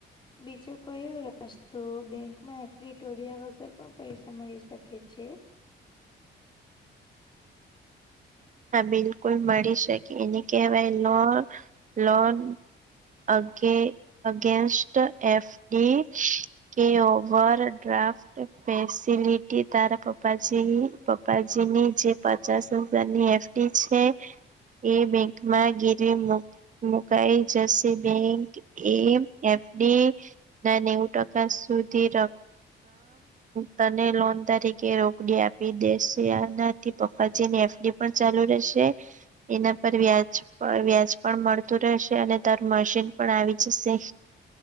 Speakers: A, on the left; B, on the right.
A: બીજો કયો રસ્તો બેંકમાં એફડી ટોડીયા વગર પણ પૈસા મળી શકે છે.
B: હા બિલકુલ મળી શકે એને કહેવાય લોન લોન. અગે અગેન્સ્ટ એફ ડી. કે ઓવર ડ્રાફ. ફેસિલીટી તારા પપાજી પપાજીની જે પચાસ હજારની એફ. એફડી છે એ બેંકમાં ગીરવી મૂક. મુકાઈ જશે બેંક એ એફડી. ના નેવું ટકા સુધી ર. તને લોન તરીકે રોકડી આપી દેશે આનાથી પપાજી ની એફડી. પણ ચાલુ રહેશે. એના પર વ્યાજ વ્યાજ પણ મળતું રહેશે અને તારુ મશીન પણ આવી જશે.